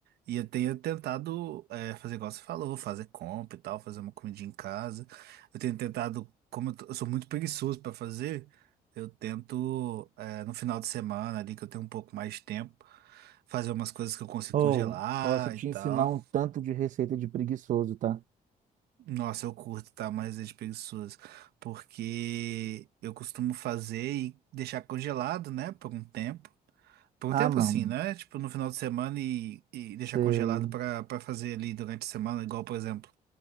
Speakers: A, on the right (about 85°); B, on the right (about 55°).
A: E eu tenho tentado é, fazer igual você falou, fazer compra e tal, fazer uma comidinha em casa. Eu tenho tentado, como eu, tô- eu sou muito preguiçoso pra fazer, eu tento é, no final de semana ali que eu tenho um pouco mais de tempo, fazer umas coisas que eu consigo
B: Ou
A: congelar
B: posso te
A: e tal.
B: ensinar um tanto de receita de preguiçoso, tá?
A: Nossa, eu curto, tá? Mais as preguiçosas. Porque eu costumo fazer e deixar congelado, né? Por um tempo. Por
B: Ah,
A: um tempo
B: mano.
A: assim, né? Tipo, no final de semana e, e deixar
B: Você.
A: congelado pra, pra fazer ali durante a semana. Igual, por exemplo,